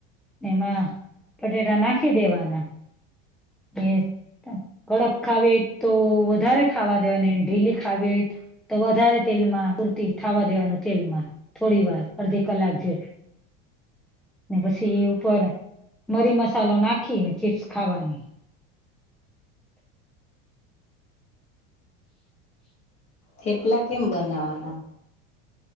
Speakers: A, in the centre; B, on the left.
A: એમા પટેટા નાખી દેવાના. એ કડક ખાવી ઓય, તો વધારે ખાવા દેવાને ઢીલી ખાવી ઓય ત તો વધારે તેલમાં પૂરતી થાવા દેવાનું તેલમાં. થોડી વાર અડધી કલાક જે ને પસી ઈ ઉપર મરી-મસાલો નાખીન, ચીપ્સ ખાવાની.
B: થેપલા કેમ બનાવાના?